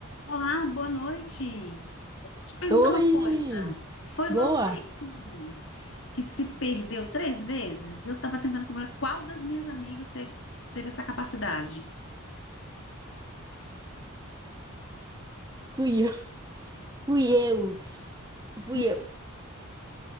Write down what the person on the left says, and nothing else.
Olá, boa noite. Deixa eu te perguntar
uma coisa. Foi
você que, que se perdeu três vezes? Eu estava tentando comprar qual das minhas amigas teve, teve essa capacidade.
Gente,